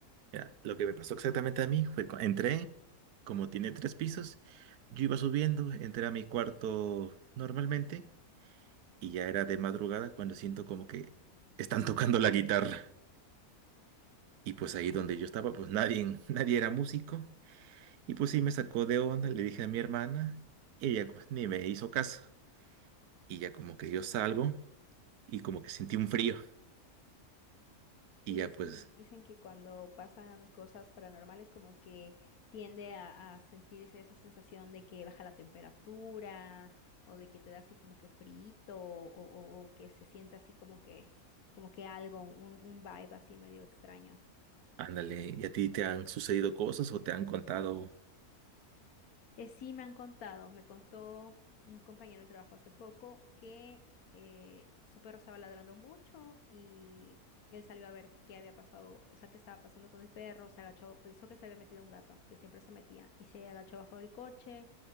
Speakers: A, on the right; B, on the left.
A: Mira, lo que me pasó exactamente a mí fue, cu- entré, como tiene tres pisos, yo iba subiendo, entré a mi cuarto normalmente y ya era de madrugada cuando siento como que están tocando la guitarra. Y pues ahí donde yo estaba, pues nadie, <laughs> nadie era músico. Y pues sí me sacó de onda, le dije a mi hermana, y ella pues, ni me hizo caso. Y ya como que yo salgo. y como que sentí un frío
B: Sí,
A: y ya pues,
B: sí, dicen que cuando pasan cosas paranormales como que tiende a, a sentirse esa sensación de que baja la temperatura o de que te da así como que frito o, o- o que se siente así como que, como que algo, un, un vibe así medio extraño.
A: ándale, ¿y a ti te han sucedido cosas o te han contado?
B: Eh, sí, me han contado, me contó un compañero del trabajo hace poco que eh, su perro estaba ladrando mucho y él salió a ver qué había pasado, o sea, qué estaba pasando con el perro, se agachó, pensó que se había metido un gato, que siempre se metía, y se agachó abajo del coche,